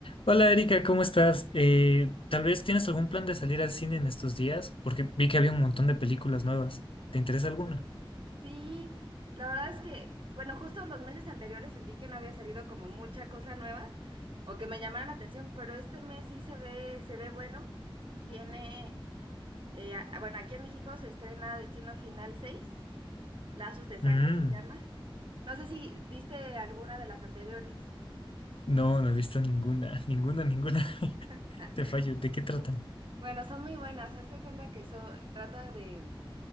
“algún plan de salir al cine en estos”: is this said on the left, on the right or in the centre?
Left